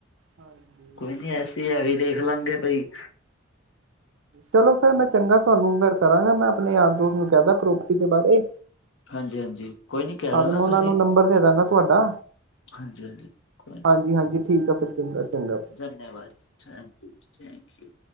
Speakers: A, on the right (about 70°); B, on the left (about 65°).
A: ਹਾਂਜੀ
B: ਕੋਈ ਨੀ ਐਸੀ ਇਹ ਵੀ ਦੇਖ ਲਾਂਗੇ ਬਈ
A: ਚਲੋ ਫੇਰ ਮੈਂ ਚੰਗਾ ਤੁਹਾਨੂੰ ਫੇਰ ਕਰਾਂਗਾ ਮੈਂ ਆਪਣੇ ਯਾਰ ਦੋਸਤ ਨੂੰ ਕਹਿਦਾ ਪ੍ਰੋਪਰਟੀ ਦੇ ਬਾਰੇ
B: ਹਾਂਜੀ ਹਾਂਜੀ ਕੋਈ ਨੀ ਕਹਿ
A: ਹਾਂ
B: ਦੇਣਾ
A: ਤੇ ਮੈਂ ਉਹਨਾਂ
B: ਤੁਸੀਂ
A: ਨੂੰ ਨੰਬਰ ਦੇ ਦਾ ਗਾ ਤੁਹਾਡਾ
B: ਹਾਂਜੀ ਹਾਂਜੀ ਕੋਈ ਨੀ
A: ਹਾਂਜੀ ਹਾਂਜੀ ਠੀਕ ਆ ਫੇਰ ਚੰਗਾ ਚੰਗਾ
B: ਧੰਨਵਾਦ ਥੈਂਕ ਯੂ ਜੀ ਥੈਂਕ ਯੂ